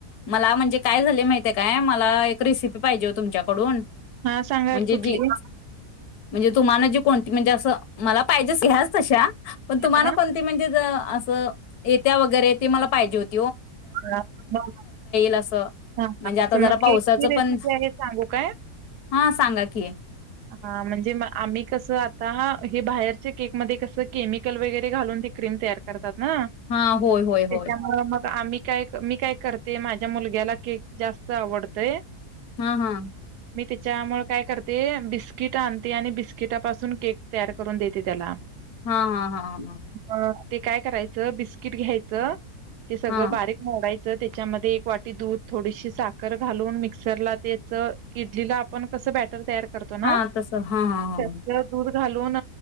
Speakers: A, on the left; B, on the right.
A: मला म्हणजे काय झाले माहिती आहे काय मला एक रेसिपी पाहिजे तुमच्याकडून
B: हा सांगा
A: म्हणजे
B: कुठली
A: जी
B: हा
A: म्हणजे तुम्हाला जी कोणती म्हणजे असं मला पाहिजे स्याच तशा पण तुम्हाला
B: हा
A: कोणती म्हणजे असं येत्या वगैरे ते मला पाहिजे होते
B: ह म
A: असं
B: ह
A: म्हणजे आता
B: अस
A: जरा
B: मग
A: पावसाचं
B: केकची रेसिपी
A: पण
B: आहे सांगू काय
A: हा सांगा की
B: हा म्हणजे आम्ही कस आता ह हे बाहेरच्या केक मध्ये कसं केमिकल वगैरे घालून ते क्रीम तयार कर करतात ना
A: हा होय होय
B: त्याच्यामुळे
A: होय
B: मग आम् काय मी काय करते माझ्या मुलग्याला केक जास्त आवडतय
A: हम्म हम्म
B: मी त्याच्यामुळे काय करते बिस्किट आणते आणि बिस्किटापासून केक तयार करून देते त्याला
A: हा हा हा हा
B: मग ते काय करायचं बिस्किट घ्यायचं ते सगळं
A: हा
B: बारीक फोडायचं त्याच्यामध्ये एक वाटी दूध, थोडीशी साखर घालून मिक्सरला तेचं ईडलीला आपण कस बॅटर तयार करतो ना
A: हा तसं हा हा हा.
B: त्यातलं दूध घालून